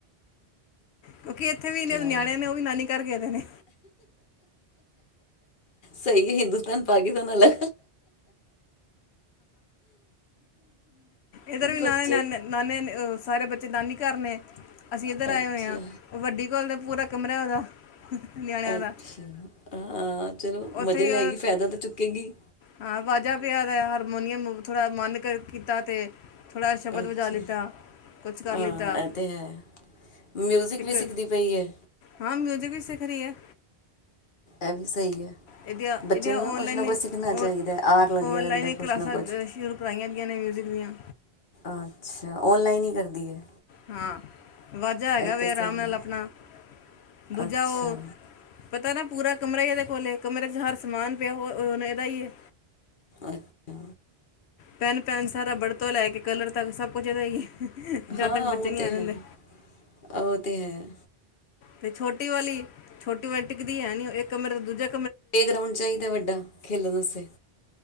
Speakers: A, on the left (about 75°); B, on the left (about 50°).
A: ਕਿਉਂਕਿ ਇੱਥੇ
B: ਅੱਛਾ
A: ਵੀ ਇੰਨੇ ਨਿਆਣੇਿਆਂ ਨੇ ਉਹ ਵੀ ਨਾਨੀ ਘਰ ਗਏਦੇ ਨੇ
B: ਸਹੀ ਹਿੰਦੂ ਪਾਕਿਸਾਨਲ
A: ਇਧਰ ਵੀ ਨਾਨੇ
B: ਬੱਚੇ
A: ਨਾਨੇ ਨਾਨੇ ਸਾਰੇ ਬੱਚੇ ਦ ਨੀ ਕਰਨੇ ਅਸੀਂ ਇੱਧਰ ਆਏ
B: ਅੱਛਾ
A: ਹੋਏ ਹਾਂ ਉਹ ਵੱਡੀ ਕੋਲ ਦਾ ਪੂਰਾ ਕਮਰਾ ਉਹਦਾ ਨਿਆਣਿਆਂ
B: ਅੱਛਾ
A: ਦਾ
B: ਅੱਛਾ ਚਲੋ
A: ਉੱਥੇ
B: ਮਜ਼ੇ
A: ਹੀ
B: ਲੈਗੀ ਫਾਇਦਾ ਤਾਂ ਚੁੱਕੇਗੀ
A: ਹਾਂ ਵਾਜਾ ਪਿਆ ਹਰ ਹਰਮੋਨੀਅਮ ਨੂੰ ਥੋੜ੍ਹਾ ਮਨ ਕੀਤਾ ਤੇ ਥੋੜ੍ਹਾ ਸ਼ਬਦ
B: ਅੱਛਾ
A: ਵਜਾ ਲਿੱਤਾ ਕੁਛ ਕਰ
B: ਹਾਂ
A: ਲਿੱਤਾ
B: ਇਹ ਤੇ ਹੈ ਮਿਊਜਿਕ
A: ਇੱਕ
B: ਵੀ ਸਿੱਖਦੀ ਪਈ ਹੈ
A: ਹਾਂ ਮਿਊਜਿਕ ਹੀ ਸਿੱਖ ਰਹੀ ਹੈ
B: ਇਹ ਵੀ ਸਹੀ ਹੈ
A: ਇਹਦੀਆਂ
B: ਬੱਚੇ
A: ਇਹਦੀਆਂ
B: ਨੂੰ
A: ਔਨਲਾਈਨ
B: ਨਾ ਕੁਛ ਨਾ ਕੁਛ ਸਿੱਖਣਾ ਚਾਹੀਦਾ
A: ਔ
B: ਹੈ ਆਰ ਲੱਗਿਆ
A: ਔਨਲਾਈਨ
B: ਰਹਿੰਦਾ ਕੁਛ
A: ਕਲਾਸਾਂ
B: ਨਾ ਕੁਛ
A: ਸ਼ੁਰੂ ਕਰਵਾਈਆਂ ਵੀਆਂ ਨੇ ਮਿਊਜਿਕ ਦੀਆਂ
B: ਅੱਛਾ ਔਨਲਾਈਨ ਹੀ ਕਰਦੀ ਹੈ
A: ਹਾਂ ਵਾਜ਼ਾ ਹੈਗਾ
B: ਇਹ
A: ਵ
B: ਤੇ ਸਹੀ
A: ਆਰਾਮ ਨਾਲ
B: ਹੈ
A: ਆਪਣਾ ਦੂਜਾ
B: ਅੱਛਾ
A: ਉਹ ਪਤਾ ਨਾ ਪੂਰਾ ਕਮਰਾ ਹੀ ਇਹਦੇ ਕੋਲ ਕਮਰੇ ਚ ਹਰ ਸਮਾਨ ਪਿਆ ਹੁਣ ਇਹਦਾ ਹੈ
B: ਅੱਛਾ
A: ਪੈਨ ਪੈਨਸ ਰਬੜ ਤੋਂ ਲੈ ਕੇ ਕਲਰ ਤੱਕ ਸਭ ਕੁਝ ਹੀ ਜਦ
B: ਹਾਂ
A: ਤੱਕ ਬੱਚੇ
B: ਹੋਤੇ
A: ਨਹੀਂ ਆ ਜਾਂਦੇ
B: ਹੈ ਹੋਤੇ ਹੈ
A: ਤੇ ਛੋਟੀ ਵਾਲੀ ਛੋਟੀ ਵਾਲੈਂਟਿਕਦੀ ਹੈ ਨ ਇੱਕ ਕਮਰੇ ਦਾ ਦੂਜਾ
B: ਪਲੇਅਗਰਾਾਊਂਡ ਚਾਹੀਦਾ ਵੱਡਾ ਖੇਲਣ ਵਸਤੇ